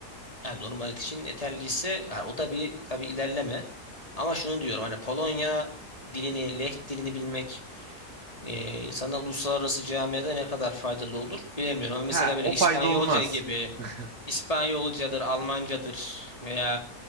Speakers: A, on the left; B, on the right.
A: Yani normal için yeterliyse yani o da bir tabii ilerleme. Ama şunu diyorum hani Polonya dilini, Leh dilini bilmek e, insana uluslararası camiada ne kadar faydalı olur bilemiyorum. Ama mesela
B: Ha,
A: böyle
B: o
A: İspanyolca
B: faydalı olmaz.
A: gibi
B: <laughs>
A: İspanyolcadır, Almancadır veya